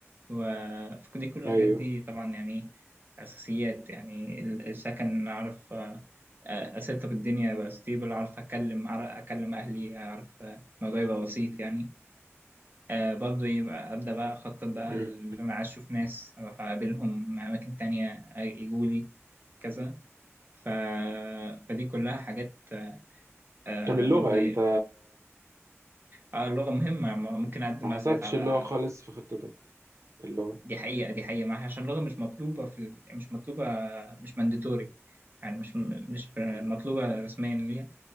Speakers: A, on the right; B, on the right.
A: وفي كل دي كل الحاجات
B: ايوه
A: دي طبعا يعني أساسيات يعني ال- السكن أعرف آه، آه، أسيطر الدنيا أبقى ستيبل أعرف أكلم أعرف أكلم أهلي أعرف آه، الموضوع يبقى بسيط يعني آه برضه يبقى أبدأ بقى أخطط بقى
B: مم.
A: اللي أنا عايز أشوف ناس أروح أقابلهم أماكن تانية يجوا لي كذا ف... فدي كلها حاجات آه
B: طب اللغة
A: برضه إيه
B: انت
A: آه اللغة مهمة ما ممكن أقدم
B: ما
A: بقى
B: حسبتش
A: ساعتها على
B: اللغة خالص في خطتك اللغة
A: دي حقيقة دي حقيقة معاها عشان اللغة مش مطلوبة في ال- مش مطلوبة مش مانديتوري يعني مش مش مطلوبة رسميا ليها